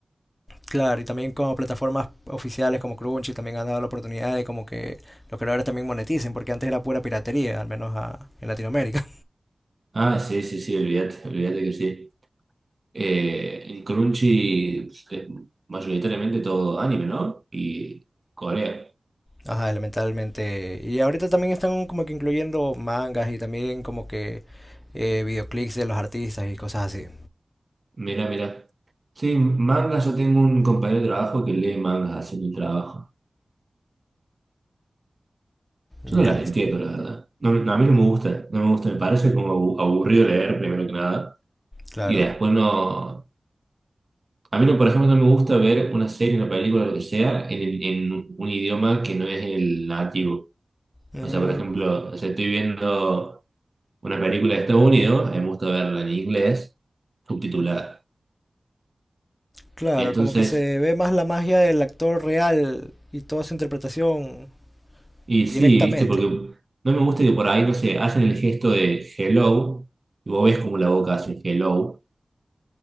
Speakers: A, on the left (about 15°); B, on the right (about 45°).
A: Claro, y también como plataformas oficiales como Crunchy también han dado la oportunidad de como que los creadores también moneticen, porque antes era pura piratería, al menos a, en Latinoamérica.
B: Ah, sí, sí, sí, olvídate, olvídate que sí. Eh, en Crunchy pues, es mayoritariamente todo anime, ¿no? Y Corea.
A: Ajá, elementalmente. Y ahorita también están como que incluyendo mangas y también como que eh, videoclips de los artistas y cosas así.
B: Mira, mira. Sí, mangas, yo tengo un compañero de trabajo que lee mangas haciendo el trabajo. Yo
A: Ya
B: no las
A: listo.
B: entiendo, la verdad. No, no, a mí no me gusta, no me gusta, me parece como abu- aburrido leer primero que nada.
A: Claro.
B: Y después no... A mí, no, por ejemplo, no me gusta ver una serie, una película, lo que sea, en, el- en un idioma que no es el nativo.
A: Mm,
B: O sea, por ejemplo, o sea, estoy viendo... una película de Estados Unidos, a mí me gusta verla en inglés, subtitulada.
A: claro,
B: Entonces,
A: como que se ve más la magia del actor real y toda su interpretación
B: y
A: directamente.
B: sí, viste, porque no me gusta que por ahí, no sé, hacen el gesto de hello, y vos ves como la boca hace hello,